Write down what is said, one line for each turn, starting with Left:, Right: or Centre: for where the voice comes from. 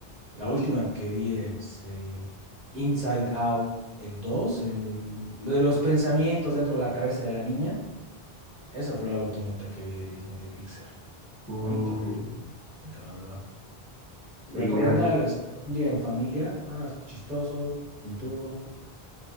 Right: La
Left: Y,
Right: última que vi es el Inside Out, el 2 el lo de los pensamientos dentro de la cabeza de la niña. Esa fue la ultimita que vi de Disney de Pixar.
Left: uh,
Right: Bonita peli, bonita, la verdad. Recomendarla
Left: y me,
Right: si no, un día en familia, más chistoso, pintudo.